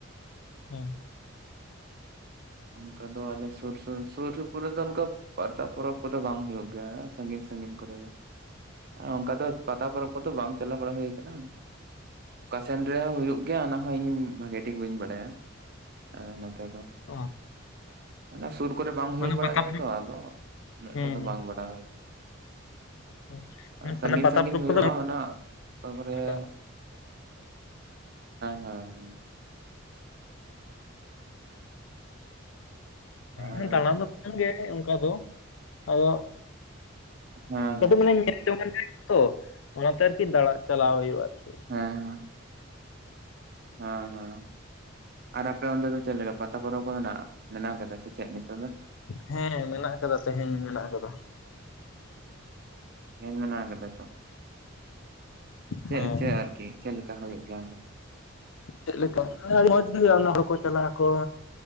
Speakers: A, on the left (about 70°); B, on the right (about 50°).
A: ᱦᱮᱸ
B: ᱚᱱᱠᱟ ᱫᱚ ᱚᱱᱮ ᱥᱩᱨ ᱥᱩᱨ ᱥᱩᱯᱩᱨ ᱨᱮᱫᱚ ᱚᱱᱠᱟ ᱯᱟᱛᱟ ᱯᱚᱨᱚᱵᱽ ᱠᱚᱫᱚ ᱵᱟᱝ ᱦᱩᱭᱩᱜ ᱜᱮᱭᱟ ᱥᱟᱺᱜᱤᱧ ᱥᱟᱺᱜᱤᱧ ᱠᱚᱨᱮ ᱫᱚ ᱟᱨ ᱚᱱᱠᱟ ᱫᱚ ᱯᱟᱛᱟ ᱯᱚᱨᱚᱵᱽ ᱠᱚᱫᱚ ᱵᱟᱝ ᱪᱟᱞᱟᱣ ᱵᱟᱲᱟ ᱦᱩᱭ ᱟᱠᱟᱱᱟ? ᱚᱠᱟ ᱥᱮᱱ ᱨᱮᱦᱚᱸᱳᱭᱳᱜ ᱜᱮᱭᱟ ᱚᱱᱟᱦ ᱤᱧ ᱵᱷᱟᱜᱤ ᱴᱷᱤᱠ ᱵᱟᱹᱧ ᱵᱟᱲᱟᱭᱟ᱾ ᱟᱞᱮ ᱱᱚᱛᱮ ᱫᱚ
A: ᱚ
B: ᱚᱱᱟ ᱥᱩᱨ ᱠᱚᱨᱮ ᱵᱟᱝ ᱦᱩᱭᱩᱜ
A: ᱢᱟᱱᱮ
B: ᱵᱟᱲᱟᱜ
A: ᱯᱟᱛᱟ
B: ᱜᱮᱭᱟ
A: ᱯᱚᱨᱚᱵᱽ
B: ᱛᱚ ᱟᱫᱚ ᱩᱱᱟᱹᱜᱴᱟ
A: ᱦᱩᱸ
B: ᱫᱚ ᱵᱟᱝ ᱵᱟᱲᱟᱭ
A: ᱦᱩᱸ ᱦᱩᱸ
B: ᱥᱟᱺᱜᱤᱧ
A: ᱢᱟᱱᱮ ᱯᱟᱛᱟ
B: ᱥᱟᱺᱜᱤᱧ
A: ᱯᱚᱨᱚᱵᱽ
B: ᱦᱩᱭᱩᱜᱼᱟ
A: ᱠᱚᱫᱚ
B: ᱚᱱᱟ ᱚᱯᱚᱨ ᱦᱮᱸ
A: ᱞᱮᱠᱟ
B: ᱦᱮᱸ ᱦᱮᱸ ᱟᱨ
A: ᱦᱮ ᱫᱟᱬᱟᱱ ᱫᱚ ᱵᱟᱝᱜᱮ ᱚᱱᱠᱟ ᱫᱚ ᱟᱫᱚ
B: ᱦᱮᱸ ᱦᱮᱸ
A: ᱠᱟᱹᱴᱤᱡ
B: ᱦᱮᱸ
A: ᱢᱟᱱ ᱧᱮᱞ ᱡᱚᱝ ᱛᱚ ᱚᱱᱟᱛᱮ ᱟᱨᱠᱤ ᱫᱟᱬᱟ ᱪᱟᱞᱟᱣ ᱦᱩᱭᱩᱜᱼᱟ᱾ ᱟᱨᱠᱤ
B: ᱦᱮᱸ ᱦᱮᱸ ᱦᱮᱸ ᱟᱨ ᱟᱯᱮ ᱚᱚᱱᱰᱮ ᱫᱚ ᱪᱮᱫ ᱞᱮᱠᱟ ᱯᱟᱛᱟ ᱯᱚᱨᱚᱵᱽ ᱠᱚ ᱢᱮᱱᱟᱜᱼᱟ ᱢᱮᱱᱟᱜ ᱟᱠᱟᱫᱟ ᱥᱮ ᱪᱮᱫ ᱱᱤᱛᱚᱜ ᱫᱚ?
A: ᱦᱮᱸ ᱢᱮᱱᱟᱜ ᱟᱠᱟᱫᱟ ᱛᱮᱦᱮᱧ ᱢᱮᱱᱟᱜ ᱟᱠᱟᱫᱟ
B: ᱤᱧ ᱢᱮ ᱠᱟᱫᱟ ᱛᱚ ᱪᱮᱫ
A: ᱦᱮᱸ
B: ᱪᱮᱫ ᱟᱨᱠᱤ ᱪᱮᱫ ᱞᱮᱠᱟ ᱦᱩᱭᱩᱜ ᱜᱮᱭᱟ ᱚᱸᱰᱮ
A: ᱪᱮᱫᱞᱮᱠᱟ ᱢᱚᱸᱡᱽ ᱜᱮ ᱦᱩᱭᱩᱜᱼᱟ ᱦᱚᱲ ᱠᱚ ᱪᱟᱞᱟᱜ ᱟᱠᱚ